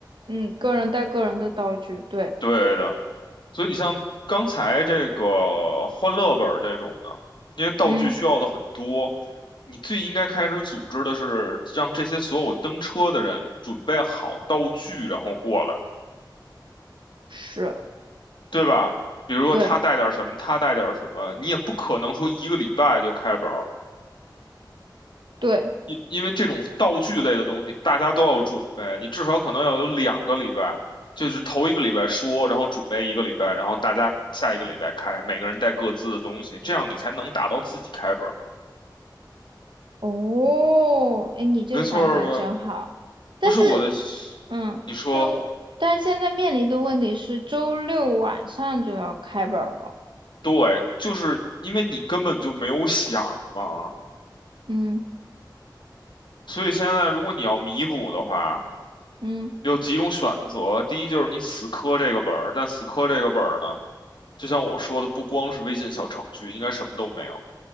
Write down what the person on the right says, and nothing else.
嗯，个人带个人的道具，对，
嗯，
是，
对
对。
哦，哎，你这想法真好，
但是，
嗯，
但我但是现在面临的问题是周六晚上就要开本儿了，
嗯
嗯，